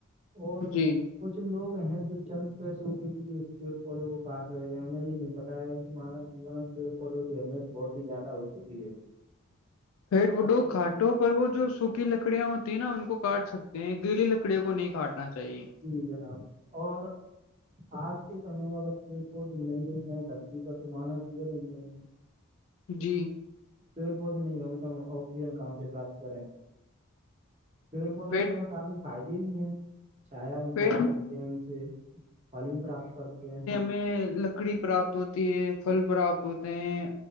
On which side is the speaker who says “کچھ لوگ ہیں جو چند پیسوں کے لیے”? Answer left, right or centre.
Right